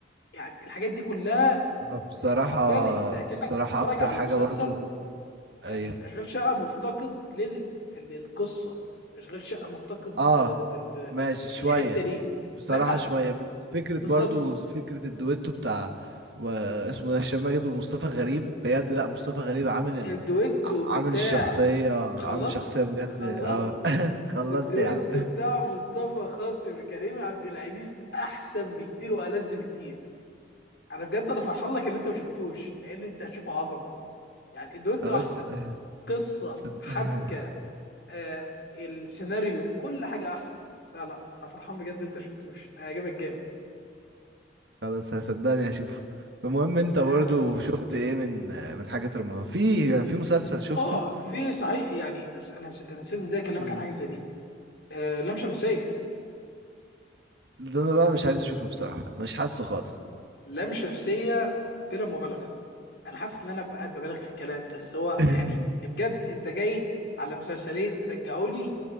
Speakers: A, on the left (about 60°); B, on the right (about 60°).
A: يعني الحاجات دي كلها
B: ما بصراحة
A: يعني حرفيا انت كأنك
B: بصراحة
A: بتتفرج
B: اكتر
A: على
B: حاجة
A: مسلسل
B: برضو
A: يعني
B: ايوه
A: اشغال شقه مفتقد لل... للقصه اشغال شقه مفتقد
B: اه
A: لل...
B: ماشي شوية
A: للحته دي
B: بصراحة
A: لا
B: شوية بس فكرة
A: بالظبط
B: برضو فكرة الدويتو بتاع و- اسمه ده هشام ماجد ومصطفى غريب بجد لا مصطفى غريب عامل ال...
A: الدويتو
B: ع-
A: بتاع
B: عامل الشخصية
A: خلصت
B: عامل شخصية بجد
A: خلصت
B: اه <laughs> خلصت
A: والدويتو
B: يا عم
A: بتاع مصطفى خاطر وكريم عبد العزيز احسن بكتير والذ بكتير انا بجد انا فرحان لك اللي انت ما شفتوش لان انت هتشوف عظمه يعني الدويتو
B: خلاص
A: احسن
B: <laughs>
A: قصه
B: هصد-
A: حبكه آه السيناريو كل حاجه احسن لا لا انا فرحان بجد انت شفتوش هيعجبك جامد
B: خلاص هصدقني هشوف المهم انت
A: اه
B: برضو شفت ايه من من حاجة رمضان في يعني في مسلسل شفته
A: آه، في صحيح يعني أس- انا نس- أنا نسيت ازاي اكلمك
B: مم.
A: عن حاجه زي دي آه لام شمسيه
B: ده انا بقى مش عايز اشوفه بصراحة مش حاسه خالص
A: لام شمسيه بلا مبالغه انا حاسس ان انا قاعد ببالغ في الكلام بس هو
B: <laughs>
A: يعني بجد انت جاي على مسلسلين رجعوا لي